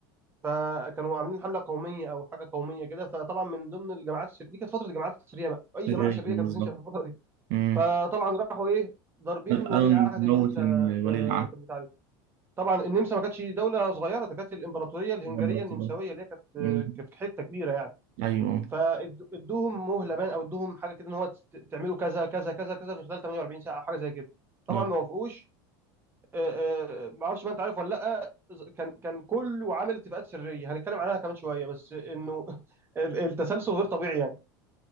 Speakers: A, on the right; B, on the right.
A: فكانوا عاملين حمله قوميه او حاجه قوميه كده فطبعا من ضمن الجماعات الشريره دي كانت فتره الجماعات الشريره بقى
B: سرية
A: اي جماعه شريره
B: بالظبط
A: كانت بتنشا في الفتره دي
B: امم
A: فطبعا راحوا ايه ضاربين
B: قالوا
A: ولي
B: إن
A: عهد
B: موت
A: النمسا في
B: ولي
A: في البتاع دي طبعا النمسا ما كانتش دوله صغيره ده كانت الامبراطوريه الهنجريه
B: العهد
A: النمساويه اللي هي كانت
B: مم.
A: كانت حته كبيره يعني
B: ايوه
A: فادوهم مهله بان او ادوهم حاجه كده ان هو تست- تعملوا كذا كذا كذا كذا في خلال 48 ساعه او حاجه زي كده طبعا
B: آه،
A: ما وافقوش آه، آه، ما اعرفش بقى انت عارف ولا لا كان كان كله عامل اتفاقات سريه هنتكلم عنها كمان شويه بس انه <laughs> ال- التسلسل غير طبيعي يعني